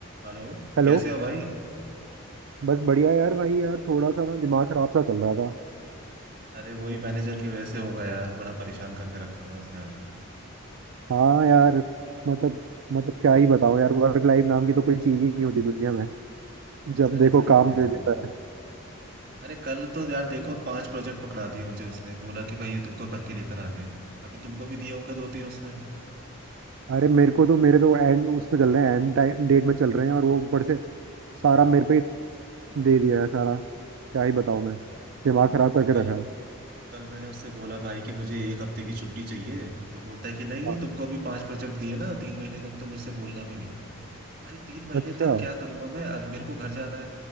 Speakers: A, on the right (about 45°); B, on the right (about 60°).
A: हेलो
B: हेलो
A: कैसे हो भाई
B: बस बढ़िया यार भाई यार थोड़ा सा ना दिमाग खराब सा चल रहा था
A: अरे वही मैनेजर की वजह से होगा यार बड़ा परेशान करके रखा हुआ है उसने आजकल
B: हाँ यार मतलब मतलब क्या ही बताऊँ यार वर्क लाइफ नाम की तो कोई चीज ही नहीं होती दुनिया में जब
A: अरे
B: देखो
A: सही
B: काम
A: में यार
B: दे देता है
A: अरे कल तो यार देखो पांच प्रोजेक्ट पकड़ा दिए मुझे उसने बोला कि भाई ये तुमको करके लेकर आने हैं अभी तुमको भी दिए होंगे दो तीन उसने
B: अरे मेरे को तो मेरे तो एंड उसमें चल रहे हैं एंड टाइम डेट में चल रहे हैं और वो ऊपर से सारा मेरे पे ही दे दिया है सारा क्या ही
A: हाँ,
B: बताऊँ मैं दिमाग खराब
A: अभी
B: करके
A: कल
B: रखा है
A: कल मैंने उससे बोला भाई कि मुझे एक हफ्ते की छुट्टी चाहिए तो बोलता है कि नहीं
B: हाँ।
A: तुमको अभी पांच प्रोजेक्ट दिए ना तीन महीने तक तो मुझसे बोलना भी नहीं भाई तीन महीने
B: अच्छा
A: तक क्या करूंगा मैं अब मेरे को घर जाना है